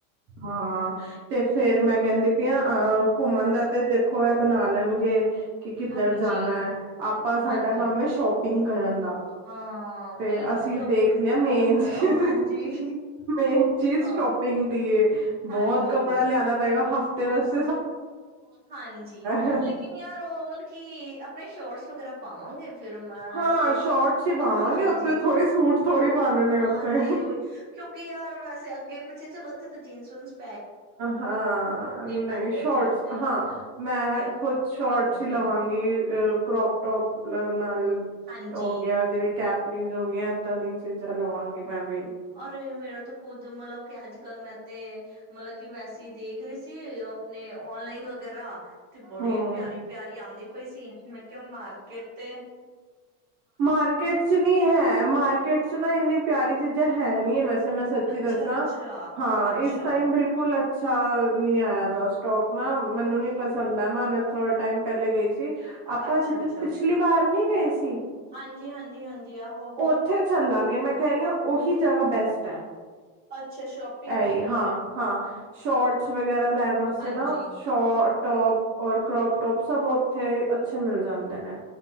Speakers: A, on the right; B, on the right.
A: ਹਾਂ ਤੇ ਫੇਰ ਮੈਂ ਕਹਿੰਦੀ ਪ ਆ ਅਹ ਘੁੰਮਣ ਦਾ ਤੇ ਦੇਖੋ ਹੈ ਬਣਾ ਲੈਣਗੇ ਕਿ ਕਿੱਧਰ
B: ਹਾਂਜੀ
A: ਜਾਣਾ ਹੈ ਆਪਾਂ ਸਾਡਾ
B: ਹਾਂਜੀ
A: ਕੰਮ ਹੈ ਸ਼ੋਪਿੰਗ ਕਰਨ ਦਾ
B: ਹਾਂ
A: ਤੇ
B: ਮੇਨ
A: ਅਸੀਂ
B: ਟੋਪਿਕ
A: ਦੇਖਦੇ
B: ਤੇ
A: ਹਾਂ
B: ਤੇ
A: ਮੇਨ
B: ਗੱਲ ਕਰੋ
A: ਚੀਜ਼
B: ਹਾਂਜੀ
A: ਮੇਨ ਚੀਜ਼
B: ਅ
A: ਸ਼ੋਪਿੰਗ ਦੀ
B: ਹਾਂਜੀ
A: ਬਹੁਤ ਕੱਪੜਾ ਲਿਆਉਣਾ ਪੈ ਹਫ਼ਤੇ ਵਸ
B: ਹਾਂਜੀ
A: ਹੈ
B: ਲੇਕਿਨ ਯਾਰ ਉਹ ਮਤਲਬ ਕੀ ਆਪਣੇ ਸ਼ੋਰ ਵਗੈਰਾ ਪਾਵਾਂਗੇ ਫਿਰ ਮੈਂ
A: ਹਾਂ
B: ਤੇ
A: ਸ਼ੋਰਟ ਚ ਹੀ ਪਾਵਾਂਗੇ
B: ਹਾਂਜੀ
A: ਉੱਥੇ ਥੋੜ੍ਹੀ ਸੂਟ ਥੋੜ੍ਹੀ ਪਾਣੇ ਨੇ
B: ਹਾਂਜੀ
A: ਉੱਥੇ
B: ਉਹੀ ਕਿਉਂਕਿ ਯਾਰ ਵੈਸੇ ਅੱਗੇ ਪਿੱਛੇ ਚਲਾੋ ਜਨ <inaudible>
A: ਹਾਂ ਨਹੀਂ
B: ਪੈਂਦੇ
A: ਸ਼ੋਰਟਸ
B: ਮੈਂ ਤੇ
A: ਹਾਂ ਮੈਂ
B: ਬੜਾ ਹੀ
A: ਖੁਦ ਸ਼ੋਰਟਸ
B: ਹਾਂਜੀ
A: ਹੀ ਲਵਾਂਗੀ ਅ ਕਰੋਪ ਟੋਪ ਨਾਲ
B: ਹਾਂਜੀ
A: ਹੋ ਗਿਆ ਜਿਵੇਂ ਕੈਪ ਪਲੀਜ਼ ਹੋ ਦਾਂ ਦੀ ਚੀਜ਼ਾਂ ਲਵਾਂਗੀ ਮੈਂ ਵੀ
B: ਔਰ ਮੇਰਾ ਤਾਂ ਖੁਦ ਮਤਲਬ ਕਿ ਅੱਜ ਕੱਲ ਮੈਂ ਤੇ ਮਤਲਬ ਕਿ ਵੈਸੇ ਹੀ ਦੇਖ ਰਹੀ ਸੀ ਆਪਣੇ ਓਨਲਾਈਨ ਵਗੈਰਾ ਬੜੀ
A: ਹੂੰ
B: ਪਿਆਰੀ ਪਿਆਰੀ ਆਉਂਦੀ ਪਈ ਸੀ ਮਾਰਕਟ ਤੇ
A: ਮਾਰਕੀਟ ਚ ਨੀ ਹੈ ਮਾਰਕੀਟ ਚ ਨਾ ਇੰਨੀ ਪਿਆਰੀ ਚੀਜ਼ਾਂ ਹੈ ਨਹੀ ਹੈ ਵੈਸੇ ਮੈਂ ਸੱਚੀ
B: ਅੱਛਾ
A: ਦੱਸਾਂ
B: ਅੱਛਾ
A: ਹਾਂ
B: ਅੱਛਾ
A: ਇਸ ਟਾਈਮ ਬਿਲਕੁਲ ਅੱਛਾ ਨੀ ਆਇਆ ਦਾ ਸਟੋਕ ਮੈਂ ਮੈਨੂੰ
B: ਓਕੇ
A: ਨੀ ਪਸੰਦ ਆ ਮੈਂਨਥੋ ਟਾਈਮ ਪਹਿਲੇ ਗਈ ਸੀ ਆਪਾਂ
B: ਅੱਛਾ
A: ਜਿੱਥੇ
B: ਅੱਛਾ
A: ਪਿਛਲੀ ਵਾਰ ਨੀ ਗਏ ਸੀ
B: ਹਾਂਜੀ ਹਾਂਜੀ ਹਾਂਜੀ ਆਹੋ ਆਹੋ
A: ਉੱਥੇ ਚੱਲਾਂਗੇ ਮੈਂ ਕਹਿ ਰਹੀ ਹਾਂ ਉਹੀ ਜਗ੍ਹਾ ਬੈਸਟ ਹੈ
B: ਅੱਛਾ ਸ਼ੋਪਿੰਗ
A: ਹੀ
B: ਦੇ ਲਈ
A: ਹਾਂ
B: ਹੈ
A: ਹਾਂ ਸ਼ੋਟਸ ਵਗੈਰਾ ਲੈਣ ਵਾਸਤੇ
B: ਹਾਂਜੀ।
A: ਨਾ ਸ਼ਟ ਟੋਪ ਔਰ ਕਰੋਪ ਟੋਪ ਸਭ ਉੱਥੇ ਅੱਛੇ ਮਿਲ ਜਾਂਦੇ ਹਨ ਨਾ